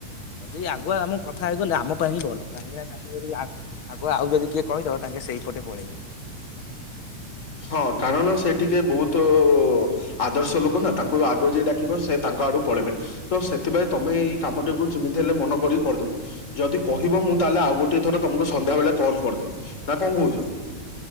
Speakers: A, on the left (about 70°); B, on the left (about 25°).
A: ଯଦି ଆଗୁଆ ଆମେ କଥା ହେଇଗଲେ ଆମ ପାଇଁ ହିଁ ଭଲ କାହିଁକିନା ତାଙ୍କେ ଯଦି ଆ ଆଗୁଆ ଆଉ ଯଦି କିଏ କହିଦବ ତାଙ୍କେ ସେଇପଟେ ପଳେଇବେ।
B: ହଁ କାରଣ ସେ ଟିକେ ବୋହୁତୁ ଆଦର୍ଶ ଲୋକ ନା ତାଙ୍କୁ ଆଗ ଯିଏ ଡାକିବ ସେ ତାଙ୍କ ଆଡ଼ୁକୁ ପଳେଇବେ। ତ ସେଥିପାଇଁ ତମେ ଏଇ କାମଟିକୁ ଯେମିତି ହେଲେ ମନ କରିକି କରିଦବ। ଯଦି କହିବ ମୁଁ ତାହେଲେ ଆଉ ଗୋଟେ ଥର ତମକୁ ସନ୍ଧ୍ୟା ବେଳେ କଲ୍ କରିଦେବି। ନା କଣ କୋହୁଚ।